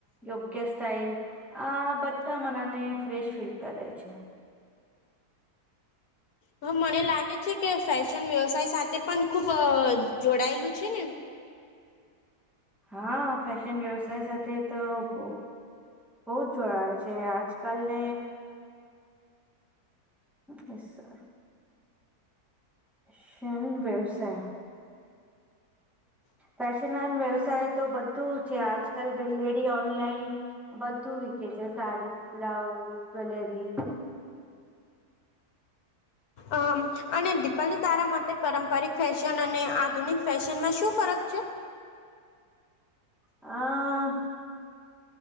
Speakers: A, in the centre; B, on the left.
A: યોગ્ય સ્ટાઈલ આ બધા મનને ફ્રેશ ફીલ કરે છે.
B: હા મને લાગે છે કે ફેશન વ્યવસાય સાથે પણ ખુબ જોડાયેલું છે ને
A: હા ફેશન વ્યવસાય સાથે તો બ બહુ જ જોડ આવે છે આ <unintelligible> એસ સર શેનું વ્યવસાય ફેશન વ્યવસાય તો બધું છે આજકાલ બે ડી ઓનલાઈન બધું વેકે છે સાડી બ્લાઉઝ જ્વેલરી
B: આમ અને દિપાલી તારા માટે પારંપરિક ફેશન અને આધુનિક ફેશનમાં શું ફરક છે?
A: હ આ